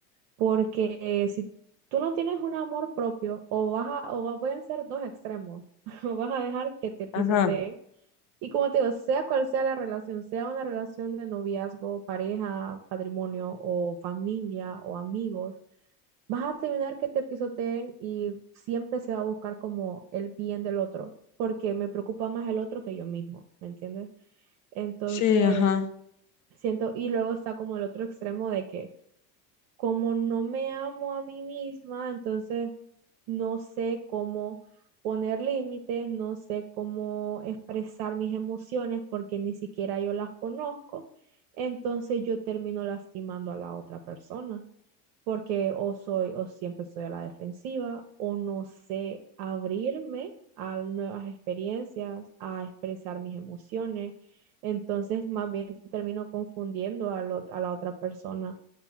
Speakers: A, on the right (about 65°); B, on the left (about 40°).
A: Porque eh, si tú no tienes un amor propio, o vas a- o va- pueden ser dos extremos, <laughs> o vas a dejar que te pisoteen
B: ajá,
A: y como te digo, sea cual sea la relación, sea una relación de noviazgo, pareja, patrimonio o familia o amigos, vas a terminar que te pisoteen y siempre se va a buscar como el bien del otro, porque me preocupa más el otro que yo mismo, ¿me entiendes? Entonces,
B: sí, ajá,
A: siento, y luego está como el otro extremo de que como no me amo a mí misma, entonces no sé cómo poner límites, no sé cómo expresar mis emociones porque ni siquiera yo las conozco, entonces yo termino lastimando a la otra persona porque o soy o siempre soy a la defensiva o no sé abrirme a nuevas experiencias, a expresar mis emociones. Entonces, más bien termino confundiendo a, lo- a la otra persona,